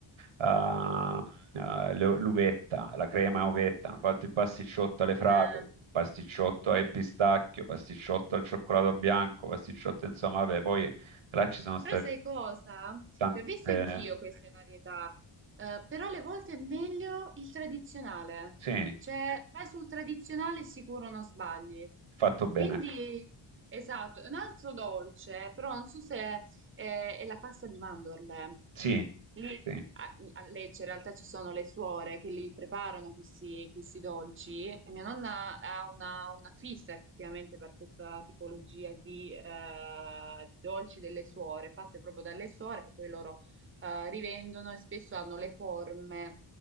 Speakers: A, on the right (about 80°); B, on the right (about 25°).
A: eh, eh, l'u- l'uvetta, la crema uvetta. Hanno fatto il pasticciotto alle fragole,
B: Eh.
A: il pasticciotto al pistacchio, pasticciotto al cioccolato bianco, pasticciotto, insomma, vabbè, poi... Là ci sono stati
B: Però sai cosa?
A: tante...
B: Le ho viste anch'io queste varietà, eh, però alle volte è meglio il tradizionale.
A: Sì,
B: Cioè, vai sul tradizionale sicuro non sbagli.
A: fatto bene.
B: Quindi, esatto, un altro dolce, però non so se eh, è la pasta di mandorle.
A: Sì,
B: Lì
A: sì,
B: a, a Lecce in realtà ci sono le suore che li preparano questi, questi dolci e mia nonna ha una, una fissa effettivamente per questa tipologia di, eh, di dolci delle suore, fatte proprio dalle suore che poi loro eh, rivendono e spesso hanno le forme,